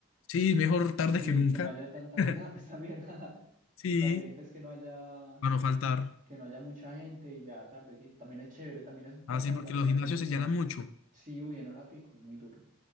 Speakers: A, on the left; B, on the right.
A: Sí, mejor tarde
B: Sí,
A: que nunca.
B: que no haya tanta,
A: <laughs>
B: <laughs> no, pues también, <laughs>
A: Sí,
B: también pues que no haya,
A: para no faltar.
B: que no haya mucha gente y ya tardecito, también es chévere, también es
A: Así,
B: bacana
A: porque
B: la sensación
A: los gimnasios
B: de entrenar,
A: se llenan mucho,
B: sí, uy, en hora pico, es muy duro,